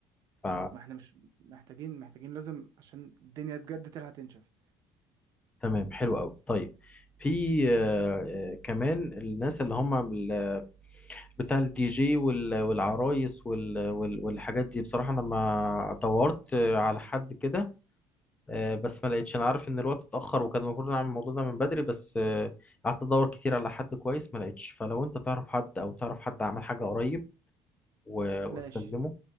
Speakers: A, on the left; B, on the right.
A: ف
B: ما احنا مش محتاجين محتاجين لازم عشان الدنيا بجد تلحق تنشف
A: تمام حلو قوي طيب في آه، آه، كمان الناس اللي هم ال- بتاع الدي جي وال- والعرايس وال- وال- والحاجات دي بصراحة انا ما دورت آه، على حد كده آه، بس ما لقيتش انا عارف ان الوقت اتأخر وكان المفروض نعمل الموضوع ده من بدري بس آه، قعدت ادور كتير على حد كويس ما لقيتش فلو انت تعرف حد او تعرف حد عمل حاجة قريب و- وتكلمه
B: ماشي